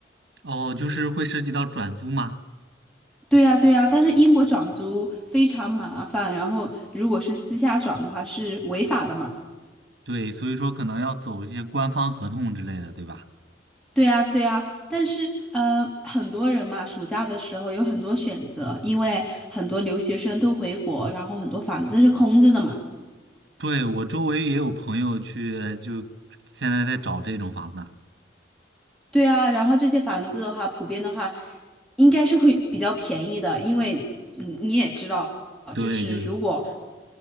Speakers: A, on the right; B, in the centre.
A: 哦，就是会涉及到转租吗？
B: 对呀，对呀，但是英国转租非常麻烦，然后如果是私下转的话是违法的嘛。
A: 对，所以说可能要走一些官方合同之类的，对吧？
B: 对呀，对呀，但是呃，很多人嘛，暑假的时候有很多选择，因为很多留学生都回国，然后很多房子是空着的嘛。
A: 对，我周围也有朋友去，就现在在找这种房子，
B: 对啊，然后这些房子的话，普遍的话，应该是会比较便宜的，因为你你也知道，
A: 对对
B: 就是如果